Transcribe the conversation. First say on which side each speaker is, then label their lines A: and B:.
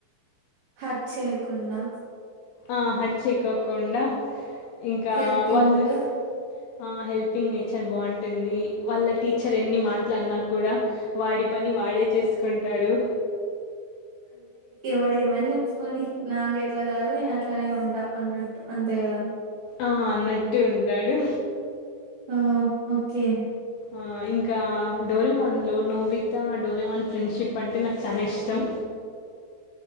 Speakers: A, on the right; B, on the left.
A: హట్ చేయకుండా
B: ఆ హట్ చెేయకోకుండా ఇంకా
A: హెల్పింగ్
B: వాళ్ళు ఆ హెల్పింగ్ నేచర్ బాంటుంది వాళ్ళ టీచర్ ఎన్ని మాట్లన్నా కూడా వాడి పని వాడే చేసుకుంటాడు
A: ఎవడేమన్ చెప్పుకోని నాకెట్లా కాల్లో నేనట్లనే ఉంటా అన్నట్టు అంతే కదా
B: ఆ అన్నట్టు ఉంటాడు
A: ఆ ఒకే
B: ఆ ఇంకా డోరేమాన్ లో నోబితా డోరేమాన్ ఫ్రెండ్షిప్ అంటే నాక్ చానా ఇష్టం